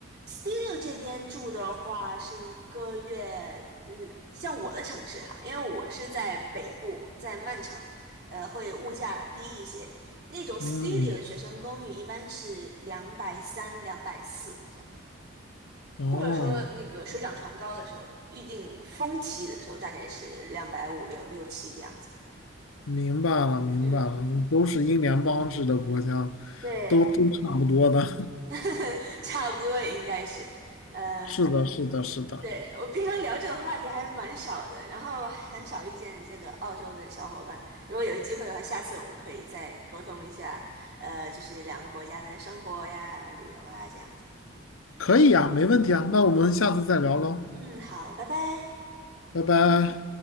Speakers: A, on the right; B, on the left.
A: studio 这边住的话是一个月，嗯，像我的城市哈，因为我是在北部，在曼城，呃，会物价低一些。那种 studio
B: 嗯，
A: 的学生公寓一般是两百三、两百四
B: 哦，
A: 或者说那个水涨船高的时候，预定峰期的时候大概是两百五六六七这样子。
B: 明白了明白了，
A: 嗯，
B: 都是英联邦制的国家，
A: 对，
B: 都都差不多的。<laughs>
A: <laughs> 差不多也应该是。嗯、
B: 是的，是的，是的。
A: 对，我平常聊这个话题还蛮少的，然后很少遇见这个澳洲的小伙伴。如果有机会的话，下次我们可以再沟通一下，呃，就是两个国家的生活呀、旅游啊这样子。
B: 可以呀，没问题啊，
A: 嗯
B: 那我们下次再聊喽，
A: 嗯，好，拜拜。
B: 拜拜。